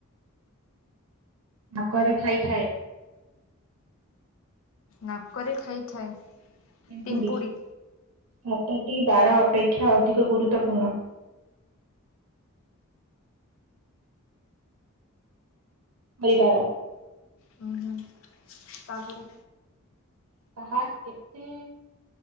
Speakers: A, on the right (about 75°); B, on the left (about 65°).
A: ହାକରେ ଖାଇଥାଏ।
B: ନାକରେ ଖାଇଥାଏ।
A: ପିମ୍ପୁଡି।
B: ପିମ୍ପୁଡ଼ି
A: ସତଟି ତାର ଅପେକ୍ଷା ଅଧିକ ଗୁରୁତ୍ୱପୂର୍ଣ୍ଣ। ହୋଇବାର।
B: ହଁ ହଁ। ତାପରେ
A: ତାହା କେତେ